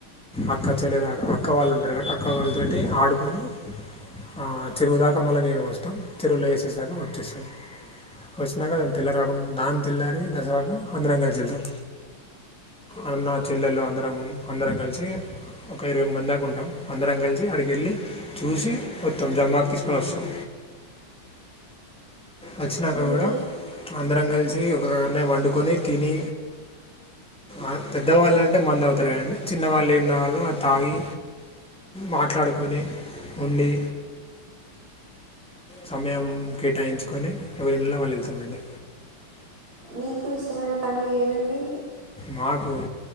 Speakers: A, in the centre; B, on the right.
A: అక్క చెల్లెలగా అక్క వాళ్ళు ఉంటారు కాబట్టి అక్క వాళ్ళతోటి ఆడుకొని ఆ చెరువుదాకా మళ్ళా నీళ్ళు పోస్తాం చెరువులో వేసేసాకా వచ్చేస్తాం వచ్చినాక దాని తెల్లారికుండా దాని తెల్లారే దసరాకు అందరం కలిసి వెళ్తాం అన్న చెల్లెలు అందరు అందరం కలిసి ఒక ఇరవై మంది దాకా ఉంటాం అందరం కలిసి అడికి వెళ్ళి చూసి వత్తాం జమ్ ఆకు తీసుకొని వస్తాం వచ్చినాక కూడా
B: మీ
A: అందరం కలిసి ఒక దాన్నె వండుకొని తిని ఆ పెద్దవాళ్ళంటే మందు తాగుతారు అండి చిన్నవాళ్ళు ఏం తాగాలో అది తాగి మాట్లాడుకొని ఉండి సమయం కేటాయించుకొని ఎవరిండ్లలోలో వాళ్ళు వెళ్తామండి
B: మీకు ఇష్టమైన పండుగ ఏది అండి
A: నాకు